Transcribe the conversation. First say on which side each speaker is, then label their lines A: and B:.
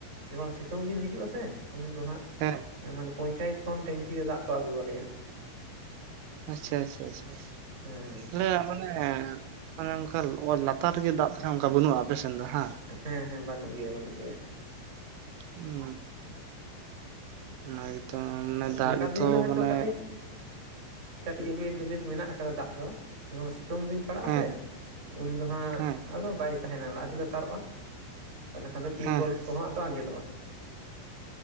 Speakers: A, on the right (about 30°); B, on the right (about 85°).
A: ᱡᱚᱠᱷᱚᱱ ᱥᱤᱛᱩᱝ ᱫᱤᱱ ᱦᱤᱡᱩᱜ ᱟᱥᱮ ᱩᱱ ᱫᱚ ᱦᱟᱸᱜ,
B: <inaudible>
A: ᱢᱟᱱᱮ ᱯᱚᱧᱪᱟᱭᱮᱛ ᱠᱷᱚᱱ ᱴᱤᱝᱠᱤ ᱨᱮ ᱫᱟᱜ ᱠᱚ ᱟᱹᱜᱩ ᱟᱞᱮᱭᱟ ᱾
B: ᱟᱪᱪᱷᱟ ᱟᱪᱪᱷᱟ ᱟᱪᱪᱷᱟ
A: ᱦᱮᱸ
B: <inaudible> ᱚᱱᱮ ᱚᱝᱠᱟ ᱚ ᱞᱟᱛᱟᱨ ᱨᱮᱜᱮ ᱫᱟᱜ ᱛᱟᱦᱟᱞᱮ ᱚᱝᱠᱟ ᱵᱟᱹᱱᱩᱜᱼᱟ ᱟᱯᱮᱥᱮᱱ ᱫᱚ ᱦᱮᱸ
A: ᱦᱮᱸ ᱦᱮᱸ ᱵᱟᱹᱱᱩᱜ ᱜᱮᱭᱟ ᱵᱟᱹᱱᱩᱜ ᱜᱮᱭᱟ ᱾
B: ᱦᱩᱸ ᱚᱱᱟ ᱜᱮᱛᱚ ᱢᱟᱱᱮ ᱫᱟᱜ
A: ᱱᱮᱛᱟᱨ
B: ᱜᱮᱛᱷᱚ
A: ᱫᱤᱱ ᱫᱚ ᱦᱚᱭᱛᱚ
B: ᱢᱟᱱᱮ
A: ᱠᱟᱹᱴᱤᱡ ᱠᱟᱹᱴᱤᱡ ᱮᱵᱮᱞ ᱮᱵᱮᱞ ᱢᱮᱱᱟᱜ ᱟᱠᱟᱫᱟ ᱫᱟᱜ ᱫᱚ ᱡᱚᱠᱷᱚᱱ ᱥᱤᱛᱩᱝ ᱫᱤᱱ ᱯᱟᱲᱟᱜ
B: ᱦᱮᱸ
A: ᱟᱥᱮ, ᱩᱱ ᱫᱚ ᱦᱟᱸᱜ
B: ᱦᱮᱸ
A: ᱟᱫᱚ ᱵᱟᱭ ᱛᱟᱦᱮᱱᱟ ᱟᱹᱰᱤ ᱞᱟᱛᱟᱨᱚᱜᱼᱟ ᱛᱟᱦᱚᱞᱮ ᱠᱷᱟᱱ ᱫᱚ ᱴᱤᱭᱩᱠᱚᱞ
B: ᱦᱮᱸ ᱦᱮᱸ
A: ᱠᱚ ᱦᱚᱸ ᱟᱸᱡᱮᱫᱚᱜᱼᱟ ᱾